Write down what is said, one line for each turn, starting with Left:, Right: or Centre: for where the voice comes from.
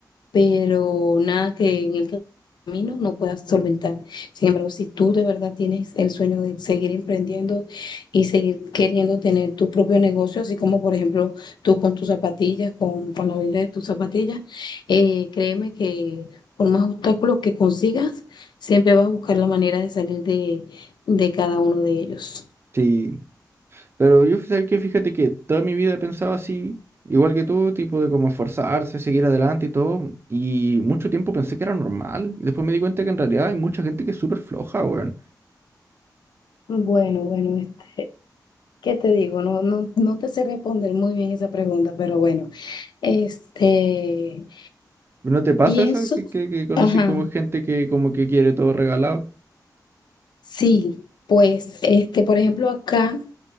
Left: pero nada que en el camino no puedas solventar. Sin embargo, si tú de verdad tienes el sueño de seguir emprendiendo y seguir queriendo tener tu propio negocio, así como por ejemplo tú con tus zapatillas, con, con la venta de tus zapatillas, eh, créeme que por más obstáculos que consigas, siempre vas a buscar la manera de salir de, de cada uno de ellos.
Right: Sí, pero yo sé que fíjate que toda mi vida he pensado así, igual que tú, tipo de como esforzarse, seguir adelante y todo, y mucho tiempo pensé que era normal, y después me di cuenta que en realidad hay mucha gente que es súper floja, weón.
Left: Bueno, bueno, este, ¿qué te digo? No, no, no te sé responder muy bien esa pregunta, pero bueno, este,
Right: ¿No te pasa
Left: pienso,
Right: eso? Que, que, que conocí
Left: ajá.
Right: como gente que como que quiere todo regalado.
Left: Sí, pues, este, por ejemplo, acá